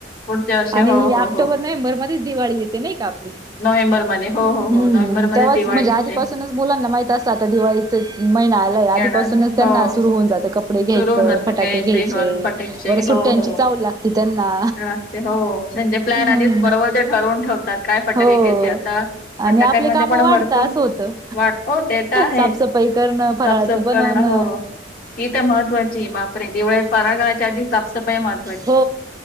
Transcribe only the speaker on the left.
पुढच्या वर्षी
हो
हो
हो
नोव्हेंबरमध्ये हो हो
हो नोव्हेंबरमध्ये
दिवाळी
येते
येणार
हो
सुरू
होऊन जात
हो फटायचे
हो हो
हो त्यांचे प्लॅन
आधीच बरोबर ते ठरवून ठेवतात काय फटाके
घ्यायचे आता फटक
कमध्ये
पण
भरपूर
वाटेत आहे
साफसफ
करणं त तर महत्वाची बापरे दिवाळी फरागराच्या आधी साफ सफाई महत्वा